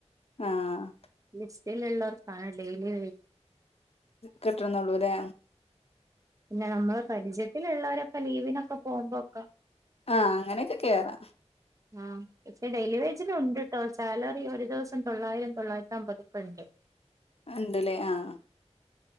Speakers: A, on the left; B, on the right.
A: ആഹ്
B: ലിസ്റ്റ് ൽ ഉള്ളോർക്കാൻ ഡെയിലി വെജ്
A: കിട്ടണന്നള്ളൂ അല്ലേ
B: പിന്നെ നമ്മള് പരിചയത്തിലൽുള്ളവരൊക്കെ ലീവിനൊക്കെ പോകുമ്പോൊക്കെ
A: ആഹ അങ്ങനെയൊക്കെ കേെയറാ
B: ആഹ പക്ഷേ ഡെലി വേജില ഉണ്ട് ട്ടോ സാലറി ഒരു ദിവസം തൊള്ളായിരം തൊള്ളായിരത്തി അമ്പതക്ക ഉണ്ട്
A: ണ്ടലെ ആഹ്